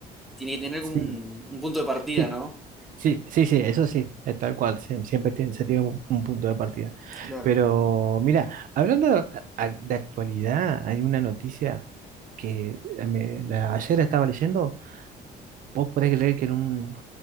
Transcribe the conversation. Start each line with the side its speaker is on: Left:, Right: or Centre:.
Centre: tiene que tener
Right: Sí,
Centre: como un, un punto de partida,
Right: sí.
Centre: ¿no?
Right: Sí, sí, sí, eso sí, es tal cual, sie- siempre tiene- se tiene un, un punto de partida.
Centre: Claro,
Right: Pero mira, hablando de, a- de actualidad, hay una noticia que eh, me- la- ayer estaba leyendo. Vos podés creer que en un,